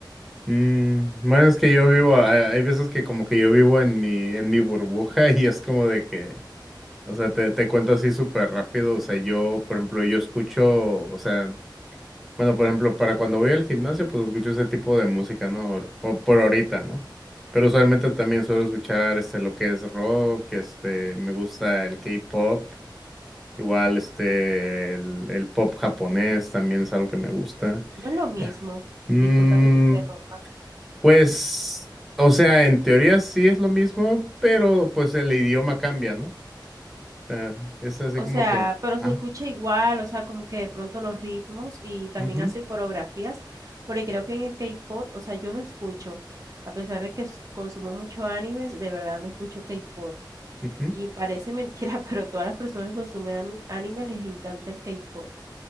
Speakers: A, in the centre; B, on the right.
A: Mm, bueno, es que yo vivo, hay, hay veces que como que yo vivo en mi, en mi burbuja <laughs> y es como de que O sea, te, te cuento así súper rápido. O sea, yo, por ejemplo, yo escucho, o sea, bueno, por ejemplo, para cuando voy al gimnasio, pues escucho ese tipo de música, ¿no? Por, por ahorita, ¿no? Pero usualmente también suelo escuchar, este, lo que es rock, este, me gusta el K-pop, igual, este, el, el pop japonés también es algo que me gusta.
B: No es lo mismo.
A: Ya. Mm,
B: Disculpa que te interrumpa.
A: pues, o sea, en teoría sí es lo mismo, pero pues el idioma cambia, ¿no? O sea, es así
B: O
A: como
B: sea,
A: que...
B: pero
A: ajá.
B: se escucha igual, o sea, como que de pronto los ritmos y también
A: Ujú,
B: hace coreografías, porque creo que en el K-pop, o sea, yo no escucho, a pesar de que s- consumo mucho animes, de verdad no escucho K-pop.
A: ujú,
B: Y parece mentira, <laughs> pero todas las personas que consumen ami- anime les encanta el K-pop.